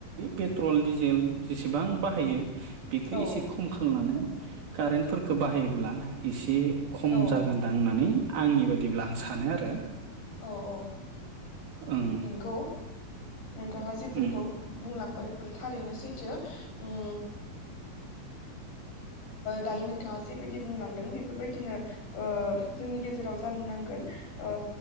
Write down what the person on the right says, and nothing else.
पेट्रल डिजेल जेसेबां बाहायो बेखौ
एसे खम खालामनानै कारेन्टफोरफोरखौ बाहायोब्ला एसे खम
जागोनदां होननानै आंनि बायदि बिदिब्ला आं सानो आरो
ओं
उम